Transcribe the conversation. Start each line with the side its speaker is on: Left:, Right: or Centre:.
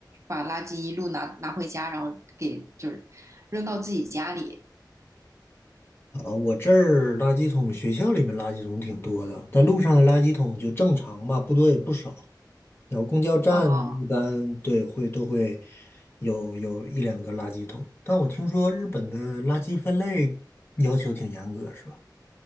Right: 把垃圾一路拿拿回家，然后给就是扔到自己家里。
Left: 啊，我这儿垃圾桶，学校里面垃圾桶挺多的，但路上的垃圾桶就正常吧，不多也不少。然后公交站一般对会都会
Right: 哦，
Left: 有有一两个垃圾桶，但我听说日本的垃圾分类要求挺严格，是吧？